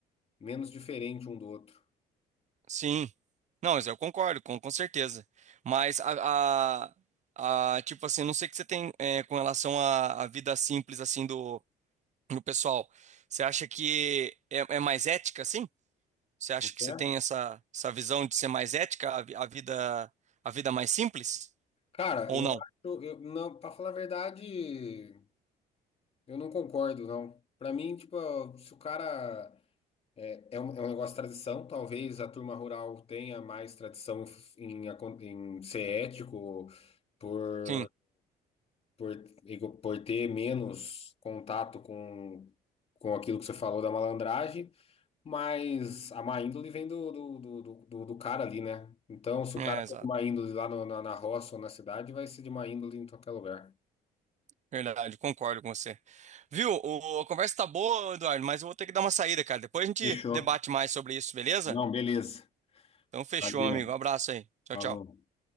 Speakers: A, on the left; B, on the right.
A: menos diferente um do outro.
B: Sim. Não, mas eu concordo, com, com certeza. Mas a, a, a, tipo assim, não sei o que você tem é, com relação à, à vida simples assim do, do pessoal. Você acha que é, é mais ética, assim? Você acha
A: Não
B: que
A: quer?
B: você tem essa, essa visão de ser mais ética, a, vi- a vida a vida mais simples?
A: Cara,
B: Ou
A: eu
B: não?
A: acho, eu, não, para falar a verdade, eu não concordo, não. Para mim, tipo, se o cara é, é um, é um negócio de tradição, talvez a turma rural tenha mais tradição em, acon- em ser ético, por,
B: Sim,
A: por, por ter menos contato com, com aquilo que você falou da malandragem. Mas a má índole vem do, do, do, do, do- do cara ali, né? Então, se o
B: é,
A: cara
B: exato.
A: for de má índole lá no- na, na roça ou na cidade, vai ser de má índole em qualquer lugar.
B: Verdade, concordo com você. Viu? O- a conversa tá boa, Eduardo, mas eu vou ter que dar uma saída, cara. Depois a gente
A: Fechou.
B: debate mais sobre isso, beleza?
A: Não, beleza.
B: Então fechou,
A: Valeu.
B: meu amigo. Um abraço aí. Tchau,
A: Falou.
B: tchau.